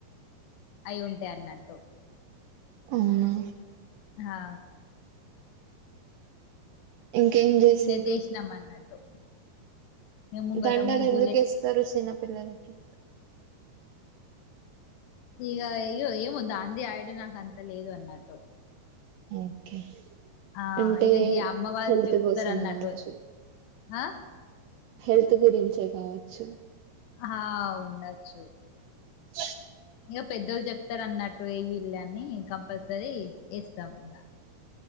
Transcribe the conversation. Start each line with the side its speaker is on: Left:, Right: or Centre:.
Left: అయి ఉంటయన్నట్టు.
Right: అవునా
Left: హా
Right: ఇంకేం జెసిండ్రు.
Left: ఇగ చేసినాం అన్నట్టు ఇగ ముంగట
Right: దండలెందుకు
Left: ముగ్గులే
Right: ఏస్తరు చిన్న పిల్లలకి.
Left: ఇగ ఇగొ ఏమో దాన్ది ఐడియా నాకు అంత లేదు అన్నట్టు.
Right: ఓకే
Left: ఆ
Right: అంటే
Left: ఇగ ఇది అమ్మ వాళ్ళ
Right: హెల్త్
Left: చెప్తరు
Right: కోసమే
Left: అన్నట్టు,
Right: కావచ్చు
Left: ఆ.
Right: హెల్త్ గురించే కావచ్చు.
Left: హా ఉండచ్చు.
Right: ష్
Left: ఇక పెద్దోళ్ళు చెప్తరు అన్నట్టు, ఎయ్యుల్లి అని, కంపల్సరీ వేస్తం ఇంక.